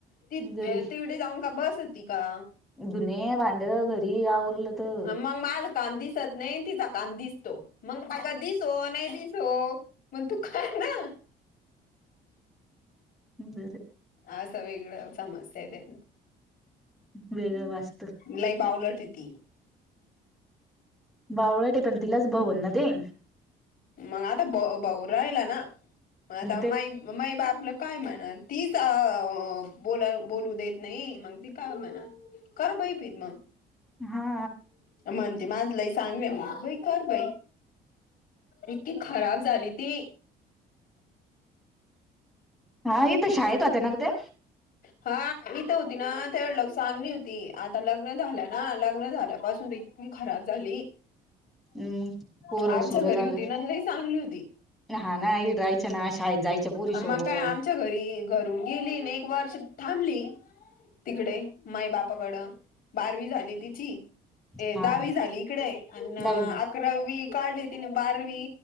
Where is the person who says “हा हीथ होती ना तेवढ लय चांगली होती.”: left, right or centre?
Left